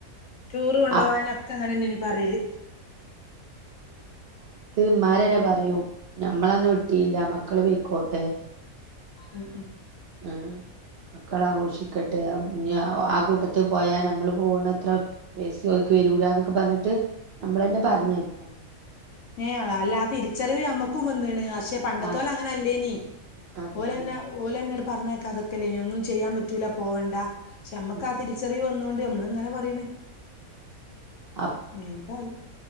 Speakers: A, on the left; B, on the right.
A: ടൂറ് കൊണ്ടുപോകാനൊക്കെ
B: ആ
A: അങ്ങനെന്നേനി പറയല്
B: മ്മാരന്നെ പറയും ഞമ്മളന്ന് വിട്ടീല്ല മക്കള് പൊയ്ക്കോട്ടെ
A: ഉം ഉം
B: ആ മക്കള ആഘോഷിക്കട്ടെ ആ കൂട്ടത്തിൽ പോയാൽ നമ്മള് പോകണത്ര പെയ്സി വേരൂലന്നൊക്കെ പറഞ്ഞിട്ട് നമ്മളന്നെ
A: ഉം
B: പറഞ്ഞയക്കും
A: ഉ ഏ അല്ലാ തിരിച്ചറിവ നമ്മക്കും വന്ന്ക്ക്ണ് പക്ഷെ പണ്ടത്തോലെ
B: ആഹ്
A: അങ്ങനെ അല്ലേനി
B: അതന്നെ
A: ഓലെന്നെ ഓലെന്നെ പറഞ്ഞേക്കാതൊക്കലേനി ഇനി ഒന്നും ചെയ്യാൻ പറ്റൂല പോവണ്ട പക്ഷേ നമ്മക്ക്
B: ഉം
A: ആ തിരിച്ചറിവ് വന്നു നമ്മള് ഇങ്ങനെ പറയ്ണ്
B: ആ
A: ഏതാലും